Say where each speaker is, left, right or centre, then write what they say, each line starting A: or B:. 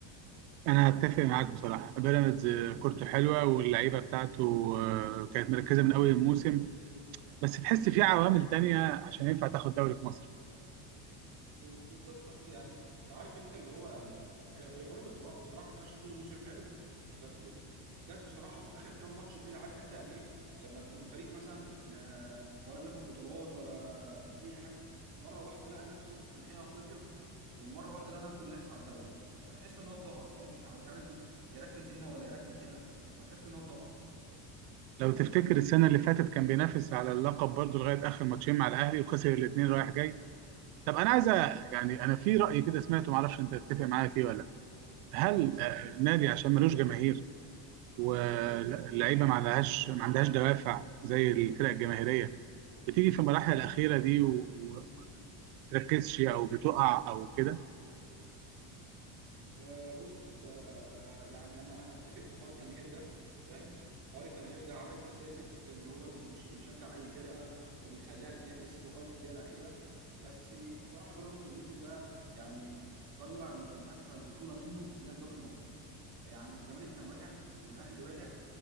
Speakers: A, on the right (about 85°); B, on the right (about 50°).
A: انا هتفق معاك بصراحه بيراميدز آه، كورته حلوه واللعيبه بتاعته آه، كانت مركزه من اول الموسم بس تحس في عوامل تانية عشان ينفع تاخد دوري في مصر
B: ب- بالظبط بس يعني عارف انت اللي هو يعني هي هي بيراميدز را- بصراحه كانت ماشيه طول الموسم حلو بس جت بصراحه في اخر كام ماتش كده عارف انت يعني ايه لما تكون فريق مثلا آه، ولا بياخد بطولات ولا اي حاجه مره واحده لقى نفسه في نهائي افريقيا ومره واحده لقى نفسه بينافس على الدوري فتحس ان هو اتضغط فاهم مش عارف مش عارف يركز هنا ولا يركز هنا فتحس ان هو اتضغط
A: لو تفتكر السنه اللي فاتت كان بينافس على اللقب برضه لغايه اخر ماتشين مع الاهلي وخسر الاثنين رايح جاي طب انا عايز أ- يعني انا في راي كده سمعته معرفش انت تتفق معايا فيه ولا لأ. هل
B: ماشي.
A: آه، النادي عشان ملوش جماهير واللعيبه ما عندهاش ما عندهاش دوافع زي الفرق الجماهيريه بتيجي في المراحل الاخيره دي وما بتركزش او بتقع او كده
B: آه بص آه آه، يعني انا انا اتفق في حوار الجماهير ده فاهم حوار الجماهير ده عامل اساسي في ان هو بيش- بيش- بيشجع اي فرقه وبيخليها تنافس لغايه الدقيقه الاخيره بس بصراحه بيراميدز الموسم ده يعني ضيع يمكن اسهل بطوله منه اللي هي الدوري المصري يعني الزمالك كان واقع والاهلي واقع